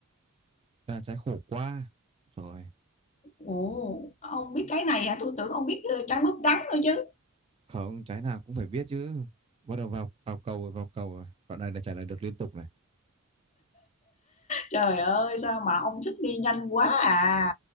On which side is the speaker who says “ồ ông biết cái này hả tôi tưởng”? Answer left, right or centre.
Left